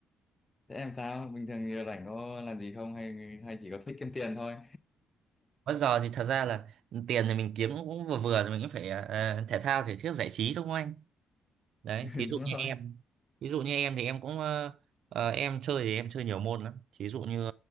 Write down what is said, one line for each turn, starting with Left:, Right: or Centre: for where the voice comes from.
Left: Thế em sao? Bình thường giờ rảnh có làm gì không hay hay chỉ có thích kiếm tiền thôi?
Right: Bây giờ thì thật ra là tiền thì mình kiếm cũng cũng vừa vừa thì mình cũng phải ờ, thể thao thể thiết giải trí đúng không anh? Đấy,
Left: <laughs>
Right: thí dụ
Left: Đúng
Right: như
Left: rồi.
Right: em, thí dụ như em thì em cũng ờ, ờ, em chơi thì em chơi nhiều môn lắm. Thí dụ như